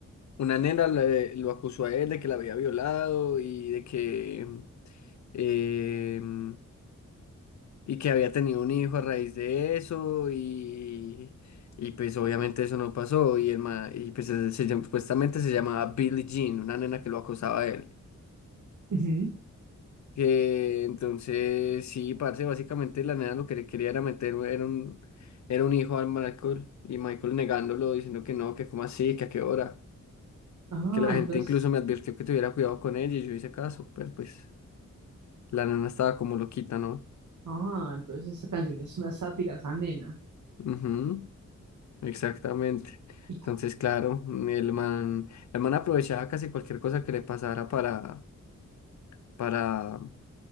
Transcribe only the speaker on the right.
ujú.
Ah,
entonces,
ah, entonces esta canción es una sátira a esa nena
y
cu-